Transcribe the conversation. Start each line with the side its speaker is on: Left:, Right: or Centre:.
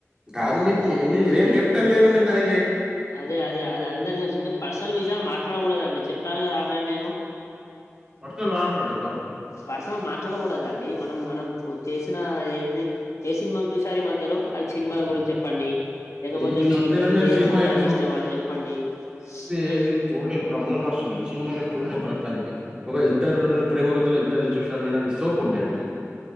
Right: కాదు మీకు మీ ఏం చెప్పటం లేరు మీరు తరిగే
Left: అదే అదే అది అందరి తెలుసు మీరు పర్సనల్ విషయాలు మాట్లాడకూడదండి చెప్పాను కదా ఆల్రెడీ నేను
Right: పర్సనల్ మాట్లాడొద్దు
Left: పర్సన మాట్లాడ చూడదండి మనం మనం చేసిన ఏంటిది చూసారి మధ్యలో సినిమాల గురించి చెప్పండి లేకపోతే
Right: ఈ
Left: మీకు
Right: మధ్యలో
Left: మీకు
Right: నేను
Left: ఏ
Right: సినిమా
Left: ఫుడ్
Right: ఏం
Left: అంటే ఇష్టం అది చెప్పండి మీరు
Right: ది చూడలేప్పుడు రంజాన్ నడుస్తుద సినిమా చూడలేదు ప్రస్తుతానికి ఒక ఇద్దరు ప్రేమకుతల ఇద్ద చూ ది సోపు ఉన్నాయండి